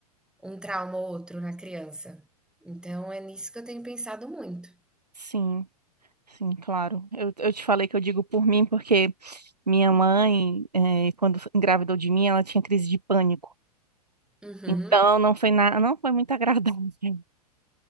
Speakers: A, in the centre; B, on the right.
A: um trauma ou outro na criança? Então, é nisso que eu tenho pensado muito.
B: sim. Sim, claro. Eu, eu te falei que eu digo por mim porque minha mãe, eh, quando engravidou de mim, ela tinha crise de pânico.
A: Uhum.
B: Então, não foi na, não foi muito agradável <laughs>